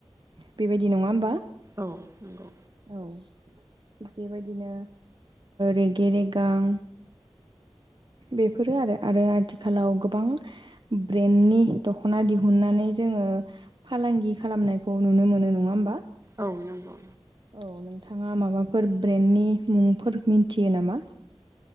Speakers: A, on the right; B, on the right.
A: बेबायदि नङा होमबा?
B: औ नंगौ।
A: औ थि बेबायदिनो रेगे-रेगां बेफोरो आरो आरो आथिखालाव गोबां। ब्रेन्डनि दख'ना दिहुननानै जोङो। फालांगि खालामनायखौ नुनो मोनो नङा होमबा?
B: औ नंगौ।
A: औ नोंथाङा माबाफोर ब्रेन्डनि मुंफोर मिन्थियो नामा?